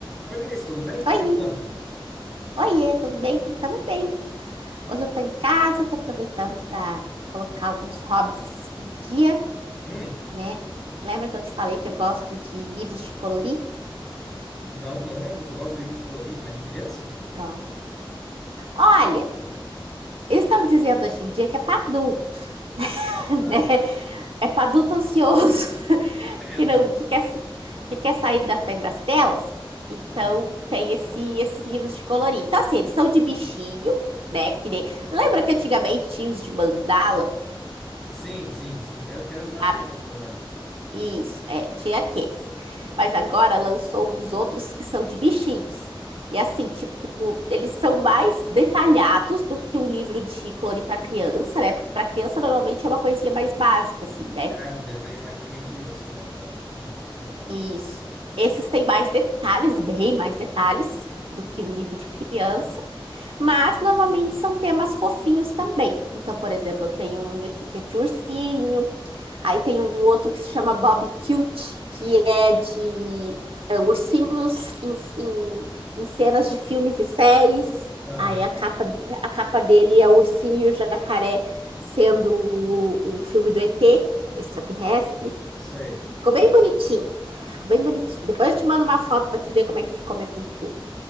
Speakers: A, in the centre; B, on the right.
A: Oi, Cris, tudo bem? Como
B: Oi,
A: é que estamos?
B: oiê, tudo bem? Tamo bem. Hoje eu tô em casa, tô aproveitando para colocar alguns hobbies um dia,
A: Hum,
B: né? Lembra que eu te falei que eu gosto de livros de colorir?
A: não, não lembro. Tu gosta de livro de colorir, mas de criança?
B: Então, olha, eles estão dizendo hoje em dia que é para adulto,
A: Ah,
B: <laughs>
A: ah.
B: né? É para adulto ansioso
A: <laughs>
B: <laughs>
A: ai, meu
B: que
A: Deus.
B: não que quer, que quer sair da frente das telas. Então,
A: Ah,
B: tem esse, esses livros de colorir. Então, assim, eles são de bichinho, né? Que nem- Lembra que antigamente tinha os de mandala?
A: sim, sim, sim. Quero, quero os mais
B: sabe?
A: legais, na verdade.
B: Isso, é, tinha aqueles. Mas agora lançou os outros que são de bichinhos. E assim, tipo, eles são mais detalhados do que um livro de clone para criança, né? Porque para criança normalmente é uma coisinha mais básica, assim, né?
A: É, um desenho mais primitivo, assim, né? Pra não dificultar.
B: E, isso. Esses têm mais detalhes, bem mais detalhes do que um livro de criança. Mas normalmente são temas fofinhos também. Então, por exemplo, eu tenho um aqui que é de ursinho, aí tem um outro que se chama Bob Cute, que é de é, ursinhos em, em, em cenas de filmes e séries.
A: Ah,
B: Aí a capa, a capa dele é o ursinho e o jacaré sendo o, o filme do ET, o extraterrestre.
A: isso aí.
B: Ficou bem bonitinho. Ficou bem bonitinho. Depois eu te mando uma foto para te ver como é que ficou minha pintura.